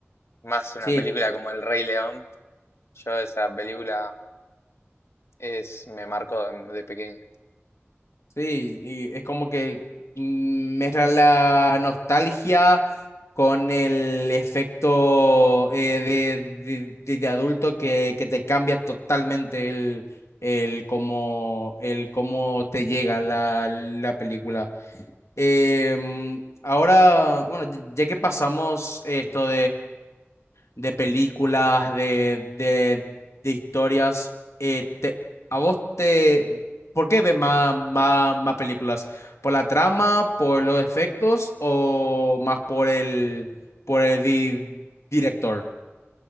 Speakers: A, on the left (about 70°); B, on the left (about 85°).
A: Más una
B: Sí,
A: película como El Rey León. Yo esa película es, me marcó de, de pequeño.
B: Sí, y es como que mm, mezcla la nostalgia con el efecto eh, de, de- de- de adulto que, que te cambia totalmente el, el cómo, el cómo te llega la, la película. Eh, mm, ahora, bueno, ya ya que pasamos esto de películas, de, de, de historias. eh, te- ¿a vos te... ¿Por qué ves más, más, más películas? ¿Por la trama, por los efectos o más por el, por el di- director?